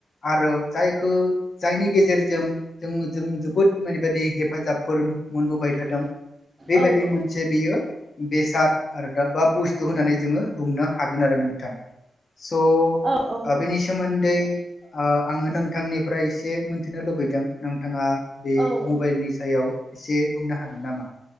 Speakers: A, on the left; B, on the right.
A: आरो जायखो जायनि गेजेरजों जोङो जों जोबोद माने बायदि हेफ फाजाबफोर मोनबोबाय थादों बेबायदि
B: औ
A: मोनसे बेयो बेसाद आरो दा बा बुस्थु होननानै जोङो बुंनो हागोन आरो नोंथां। स
B: औ
A: आ
B: औ
A: बेनि सोमोनदै ओ आङो नोंथांनिफ्राय एसे मोन्थिनो लुबैदों नोंथाङा बे
B: औ
A: मबाइलनि सायाव एसे बुंनो हागोन नामा?